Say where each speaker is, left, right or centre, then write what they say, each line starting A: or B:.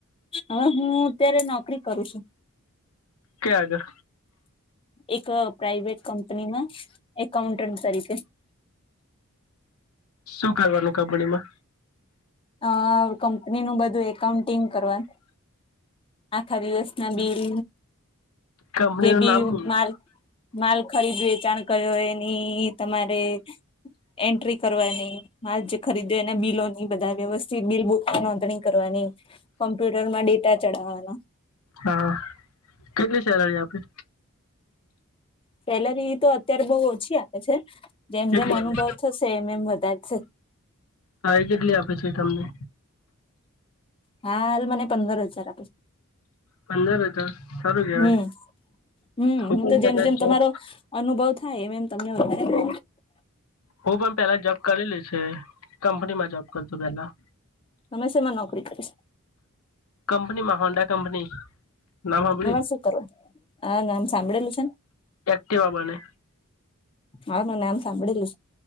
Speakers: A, on the left; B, on the left.
A: હવે હું અત્યારે નોકરી કરું છું.
B: કે આગળ
A: એક પ્રાઈવેટ કંપનીમાં એકાઉન્ટન્ટ તરીકે.
B: શું કરવાનું કંપડી મા.
A: અ કંપની નું બધું એકાઉન્ટિંગ કરવા. આખા દિવસ ના બિલ
B: કંપનીનું
A: જે બી
B: નામ બોલો.
A: માર્ માલ ખરીદ વેચાણ કર્યો એની તમારે એન્ટ્રી કરવાની મા જે ખરીદ્યો એના બિલોની બધા વ્યવસ્થિત બિલ બ નોંધણી કરવાની કોમ્પ્યુટર માં ડેટા ચઢાવવાનો
B: હા કેટલી સેલરી આપી
A: સેલરી તો અત્યારે બહ ઓછી આપે છે જેમ
B: કેટલી
A: જેમ અનુભવ
B: આપે
A: થશે એમ એમ બધા જ
B: હા એ કેટલી આપે છે તમને
A: હા એ મને પંદર હજાર આપ છે
B: પંદર હજાર સારું કેવાય
A: હમ હમ હું
B: પણ
A: તો
B: પેલા
A: જેમ જેમ
B: જોબ
A: તમારો અનુભવ થાય એમ એમ તમને વધારે
B: હું પણ પેલા જોબ કરેલી છ કંપનીમાં જોબ કર છુ પેલા
A: હમેશામાં નોકરી કરીશ
B: કંપનીમાંહોંડા કંપની નામ હ બ
A: એમાં શું કરવા આ નામ સાંભળેલું
B: એકટે બાબાને
A: મારે મને આમ સાંભળીલું છે